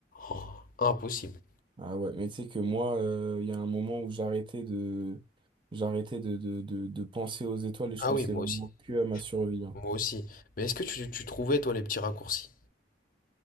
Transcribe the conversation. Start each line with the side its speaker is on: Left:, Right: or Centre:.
Left: Oh, impossible.
Right: Ah ouais, mais tu sais que moi, euh, il y a un moment où j'arrêtais de, j'arrêtais de, de, de, de penser aux étoiles et je
Left: Ah
Right: pensais
Left: oui, moi
Right: vraiment
Left: aussi.
Right: que à ma survie. hein.
Left: Moi aussi. Mais est-ce que tu, tu trouvais, toi, les petits raccourcis?